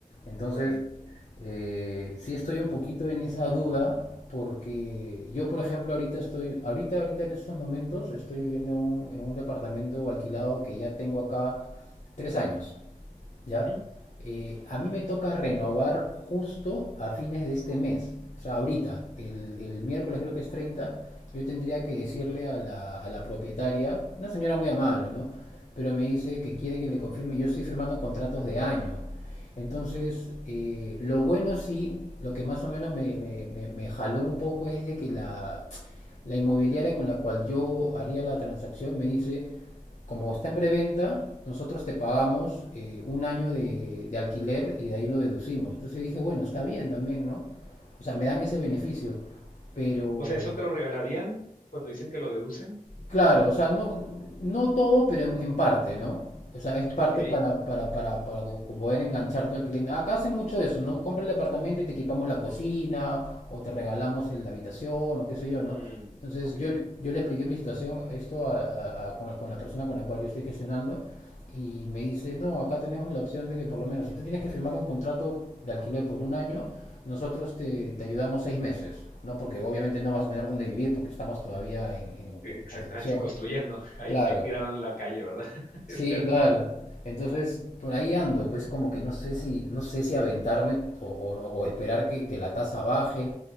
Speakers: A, on the left; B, on the left.
A: Entonces,
B: correcto.
A: eh, sí estoy un poquito en esa duda, porque yo, por ejemplo, ahorita estoy, ahorita, ahorita en estos momentos estoy viviendo en un- en un departamento alquilado que ya tengo acá tres años. ¿ya?
B: Ujú.
A: Eh, a mí me toca renovar justo a fines de este mes. O sea, ahorita, el, el miércoles creo que es 30. yo tendría que decirle a la, a la propietaria, una señora muy amable, ¿no? Pero me dice que quiere que le confirme, yo estoy firmando contratos de año. Entonces, eh, lo bueno sí, lo que más o menos me, me- me- me jaló un poco es de que la, la inmobiliaria con la cual yo haría la transacción me dice, como está en preventa, nosotros te pagamos eh, un año de, de, alquiler y de ahí lo deducimos. Entonces dije, bueno, está bien también, ¿no? O sea, me dan ese beneficio, pero
B: O sea, ¿eso te lo regalarían cuando dicen que lo deducen?
A: Claro, o sea, no, no todo, pero en, en parte, ¿no? O sea, es parte
B: Ok,
A: para, para, para, para co- poder engancharte al cliente. Acá hacen mucho de eso, ¿no? Compra el departamento y te equipamos la cocina, o te regalamos el- la habitación, o qué sé yo,
B: mm,
A: ¿no? Entonces,
B: ok,
A: yo, yo le expliqué mi situación, esto a- a- a- con, con la persona con la cual yo estoy gestionando, y me dice, no, acá tenemos la opción de que por lo menos si tú tienes que firmar un contrato de alquiler por un año, nosotros te, te ayudamos seis meses, ¿no? Porque obviamente no vas a tener dónde vivir porque estamos todavía en, en-
B: E-
A: en
B: exactamente,
A: construcción.
B: construyendo, <laughs> ahí,
A: Claro,
B: ahí tirado en la calle, ¿verdad? <laughs>
A: sí,
B: Esperando.
A: claro. Entonces, por ahí ando, pues como que no sé si, no sé si aventarme o, o- o esperar que, que la tasa baje.